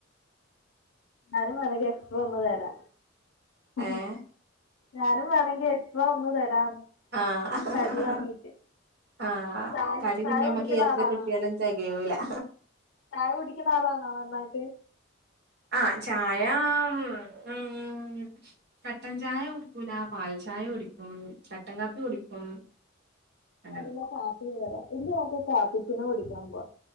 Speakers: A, on the left (about 75°); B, on the right (about 55°).
A: ഞാനും വേണെങ്കി എക്സ്ട്രാ ഒന്നു തരാ ഉം
B: ഏഹ്
A: ഞാനും വേണെങ്കി എക്സ്ട്രാ ഒന്ന് തരാന്ന്
B: ആഹ്
A: കടി വാങ്ങീട്ട്
B: ആഹ്
A: ചായ
B: കടി
A: ചായ
B: പിന്നെ നമ്മക്ക്
A: കുടിക്കുന്ന
B: എത്ര
A: ആളാണോ
B: കിട്ടിയാലും തെകയൂലാ
A: ചായ കുടിക്കുന്ന ആളാണോ നന്നായിട്ട്
B: ആഹ് ചായ ഉം ഉം കട്ടൻ ചായ കുടിക്കൂലാ പാൽ ചായ കുടിക്കും കട്ടൻ കാപ്പി കുടിക്കും അങ്ങനെ
A: നല്ല കാപ്പി വെരാ ഇല്ലേൽ നമ്മക്ക് കാപ്പിച്ചിനോ കുടിക്കാൻ പോവാ